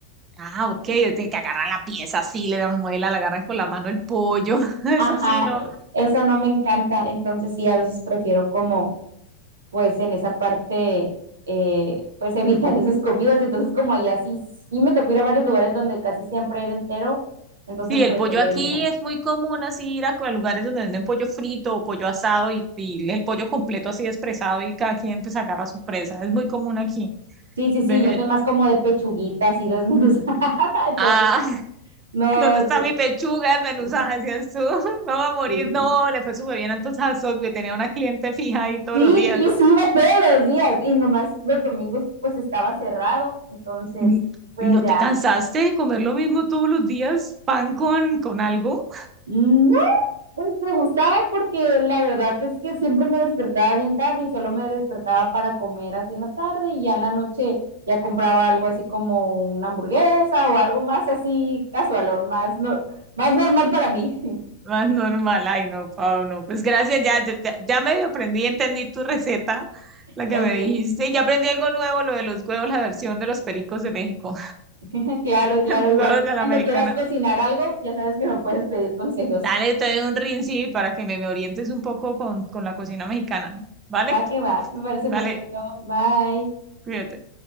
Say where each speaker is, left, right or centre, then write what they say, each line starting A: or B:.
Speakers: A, on the right; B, on the right.
A: Ah, ok, de que agarran la pieza así, le dan muela, le agarran con la mano el pollo, <laughs> eso
B: Ajá,
A: sí, no.
B: eh, eso no me encanta, entonces sí, a veces prefiero como pues en esa parte, eh, pues <laughs> evitar esas comidas. Entonces, como allá sí, sí me tocó ir a varios lugares donde casi siempre era entero, entonces
A: Sí, el
B: prefería
A: pollo aquí
B: evitar.
A: es muy común así ir a co- a lugares donde venden pollo frito o pollo asado y, y el pollo completo así despresado y cada quien pues agarra su presa. Es muy común aquí.
B: Sí, sí,
A: De,
B: sí, yo soy más como de pechuguita, así desmenuzada, <laughs> entonces
A: ah, <laughs>
B: no,
A: ¿dónde está
B: te-
A: mi pechuga desmenuzada?
B: sí,
A: Decías tú, <laughs> No va a morir.
B: sí, sí.
A: No, le fue súper bien entonces a Subway. Tenía una cliente fija ahí todos
B: Sí,
A: los días.
B: y sí iba todos los días, y nomás los domingos pues estaba cerrado, entonces
A: ¿Y,
B: pues
A: y no
B: ya,
A: te cansaste de comer lo mismo todos los días? ¿Pan con, con algo?
B: mm, Pues me gustaba porque la verdad es que siempre me despertaba bien tarde y solo me despertaba para comer así en la tarde y ya en la noche ya compraba algo así como una hamburguesa o algo más así casualón, más, no, más normal para mí. <laughs>
A: Más normal, ay no, Pau, no. Pues gracias, ya, ya, ya ya medio aprendí, entendí tu receta, la
B: Ok,
A: que me dijiste, y ya aprendí algo nuevo, lo de los huevos, la versión de los pericos de México,
B: <laughs> claro, claro,
A: <laughs> los
B: igual.
A: huevos de la
B: Cuando
A: mexicana.
B: quieras cocinar algo, ya sabes que me puedes pedir consejos.
A: Dale, te doy un rinci para que me, me orientes un poco con, con la cocina mexicana, ¿vale?
B: Va que va, me parece
A: Vale,
B: perfecto. Bye.
A: cuídate.